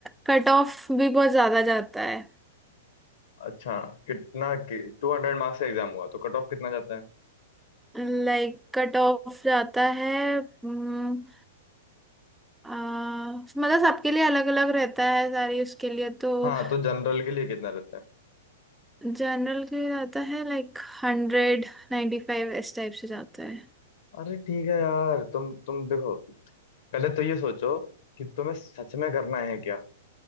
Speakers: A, in the centre; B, on the left.
A: कट ऑफ भी बहुत ज्यादा जाता है
B: अच्छा कितना टू हंड्रेड मार्क्स का एग्जाम हुआ तो कट ऑफ कितना जाता है
A: लाइक कट ऑफ जाता है हम्म, अ, मतलब सबके लिए अलग अलग रहता है सारी उसके लिए तो
B: हाँ तो जनरल के लिए कितना रहता है
A: जनरल के लिए जाता है लाइक हंड्रेड नाइन्टी फाइव इस टाइप से जाता है
B: अरे ठीक है यार तुम तुम देखो पहले तो ये सोचो कि तुम्हें सच में करना है क्या